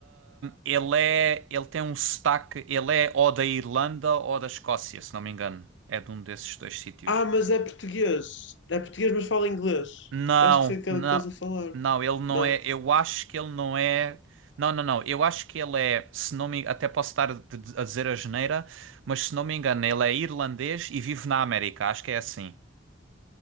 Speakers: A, on the right (about 80°); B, on the left (about 70°).
A: ele é, ele tem um sotaque, ele é ou da Irlanda ou da Escócia, se não me engano. É de um desses dois sítios.
B: Ah, mas é português. É português, mas fala inglês.
A: Não,
B: Eu acho que sei aquele
A: não,
B: que estás a falar.
A: não, ele não
B: Não.
A: é. Eu acho que ele não é. Não, não, não. Eu acho que ele é, se não me, até posso estar de- de- a dizer a geneira, mas se não me engano, ele é irlandês e vive na América. Acho que é assim.